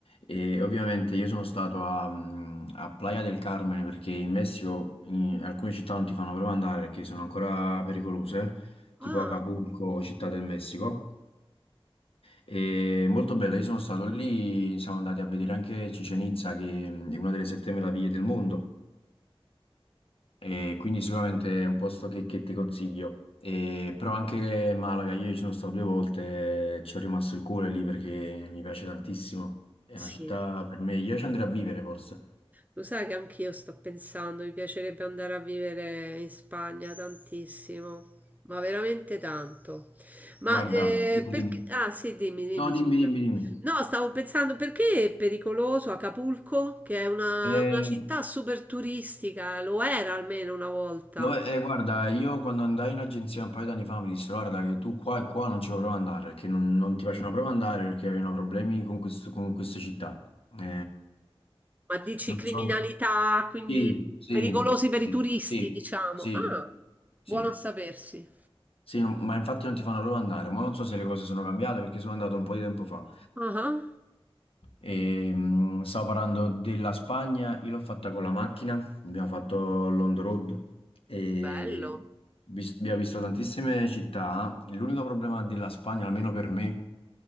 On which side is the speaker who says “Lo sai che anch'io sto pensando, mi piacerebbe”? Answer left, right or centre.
Right